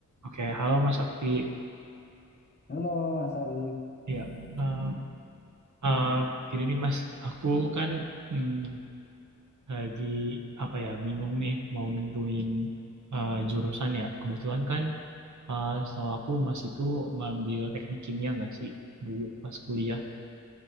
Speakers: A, on the right; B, on the left.
A: Oke, halo Mas Akti.
B: Halo Mas Arif,
A: Ya, em, em, gini nih Mas, aku kan mm, lagi apa ya bingung nih mau nentuin eh, jurusan ya. Kebetulan kan eh, setahu aku Mas itu ngambil teknik kimia nggak sih dulu pas kuliah.